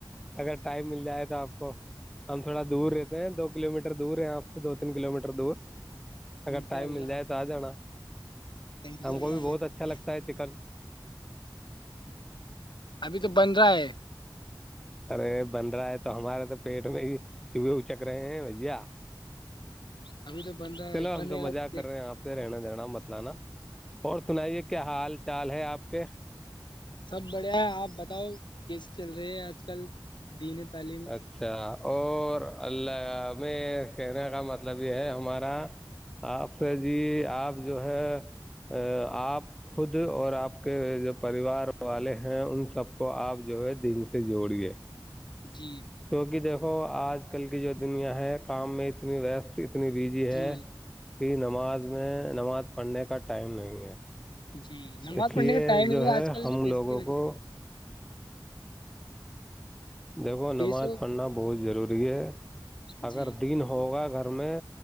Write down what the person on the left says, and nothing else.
انشاء
اللہ
انشاء
اللہ
بھیجتے
ہیں۔
ابھی تو بن رہا ہے
ابھی تو بن رہا
ہے بنے
گا دیکھ-
سب بڑھیا ہے آپ بتاؤ کیسے چل رہے ہیں آپ آج کل دین تعلیم
جی
جی
جی نماز
پڑھنے
کا ٹائم
نہیں ہے آج کل
اس
کی وجہ
سے
پیسوں
جی